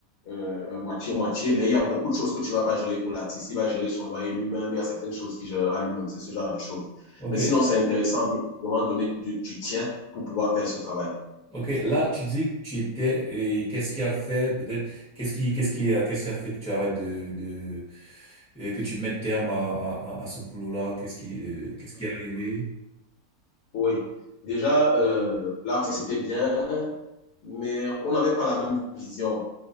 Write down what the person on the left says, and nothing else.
euh, moitié-moitié, mais il y a beaucoup de choses que tu ne vas pas gérer pour l'artiste. Il va gérer son loyer lui-même, il y a certaines choses qu'il gérera lui-même, c'est ce genre de choses.
Mais sinon, c'est intéressant, mais il faut donner du, du tien pour pouvoir faire ce travail.
Oui. Déjà, euh, l'artiste était bien, mais on n'avait pas la même vision.